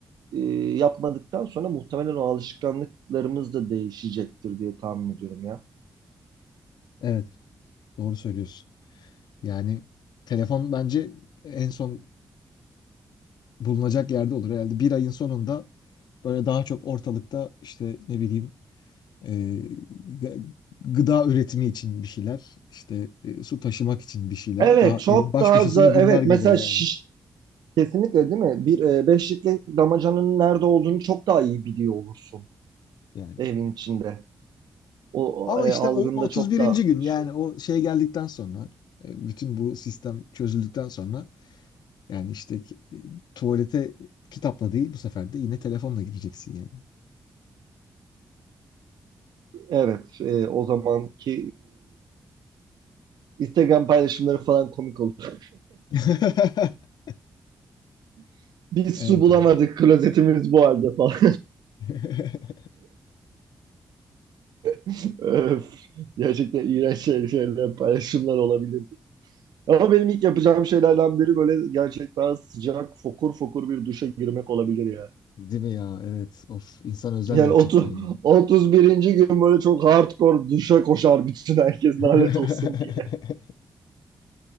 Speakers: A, on the right; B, on the left.
A: e, yapmadıktan sonra muhtemelen o alışkanlıklarımız da değişecektir diye tahmin ediyorum ya.
B: Evet, doğru söylüyorsun. Yani telefon bence en son bulunacak yerde olur. Herhalde bir ayın sonunda böyle daha çok ortalıkta işte ne bileyim e, gı- gıda üretimi için bir şeyler, işte e, su taşımak için bir şeyler.
A: Evet,
B: Daha
A: çok
B: evin baş
A: daha
B: köşesine
A: za-
B: bunlar
A: evet
B: gelir
A: mesela
B: yani.
A: şiş, Kesinlikle değil mi? Bir e, beşlikte damacanın nerede olduğunu çok daha iyi biliyor olursun
B: Yani.
A: evin içinde. O
B: Ama
A: e,
B: işte
A: algında
B: o 31.
A: çok da
B: gün
A: şey.
B: yani o şey geldikten sonra e, bütün bu sistem çözüldükten sonra Yani işte ki- tuvalete kitapla değil bu sefer de yine telefonla gireceksin yani.
A: Evet, e, o zamanki e, Instagram paylaşımları falan komik olur.
B: <laughs>
A: <laughs> Biz
B: Evet
A: su bulamadık,
B: abi.
A: klozetimiz bu halde falan.
B: <laughs>
A: <laughs> Öf, gerçekten iğrenç şey- şeyler, paylaşımlar olabilir. Ama benim ilk yapacağım şeylerden biri böyle gerçekten sıcak, fokur fokur bir duşa girmek olabilir ya.
B: Değil mi ya? Evet. Of insan özler
A: Yani
B: gerçekten
A: otu,
B: yani.
A: 31. gün böyle çok hardcore duşa koşar bütün herkes
B: <laughs>
A: lanet olsun diye.